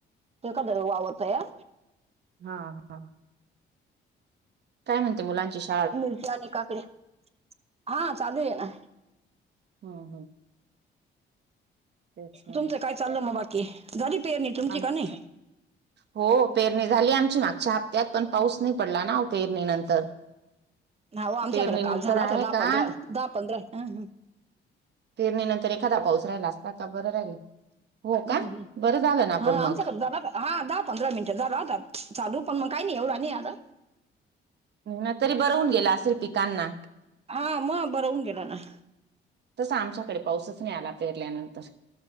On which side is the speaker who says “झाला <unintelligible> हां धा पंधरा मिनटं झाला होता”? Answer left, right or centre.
Right